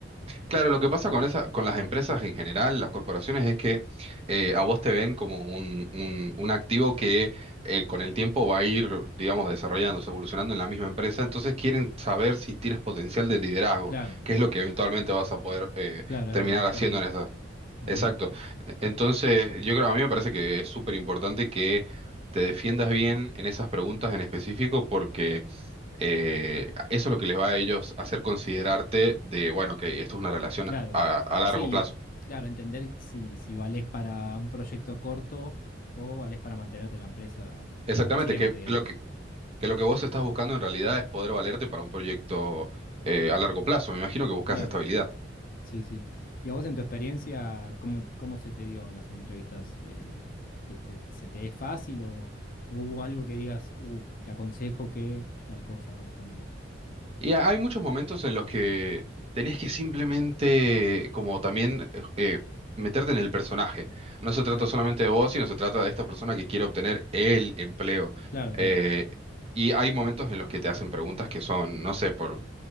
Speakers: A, on the right; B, on the left.
A: Claro, lo que pasa con esa, con las empresas en general, las corporaciones, es que eh, a vos te ven como un, un- un activo que eh, con el tiempo va a ir, digamos, desarrollándose, evolucionando en la misma empresa. Entonces quieren saber si tienes potencial de liderazgo,
B: Claro,
A: que
B: claro,
A: es lo que eventualmente vas a poder eh,
B: claro, es
A: terminar
B: verdad, es
A: haciendo
B: por ahí.
A: en esta.
B: Ok,
A: Exacto. E- Entonces, yo creo, a mí me parece que es súper importante que te defiendas bien en esas preguntas en específico, porque eh, eso es lo que les va a ellos hacer considerarte de, bueno, que esto es una relación
B: claro,
A: a, a largo
B: sí,
A: plazo.
B: claro, entender si, si valés para un proyecto corto o valés para mantenerte en la empresa
A: Exactamente,
B: para siempre,
A: que
B: digamos.
A: lo que, que lo que vos estás buscando en realidad es poder valerte para un proyecto eh, a largo plazo. Me imagino que buscas
B: Claro,
A: estabilidad.
B: sí, sí. ¿Y a vos en tu experiencia, cómo, cómo se te dio en las entrevistas? Eh, ¿te- te- se te es fácil o, o hubo algo que digas, uh, te aconsejo que tal cosa, por ejemplo?
A: Y hay muchos momentos en los que tenés que simplemente, como también, eh, eh, meterte en el personaje. No se trata
B: Claro,
A: solamente de vos, sino se trata de esta persona que quiere obtener el empleo.
B: claro,
A: Eh,
B: claro,
A: y hay momentos en los que te hacen preguntas que son, no sé, por,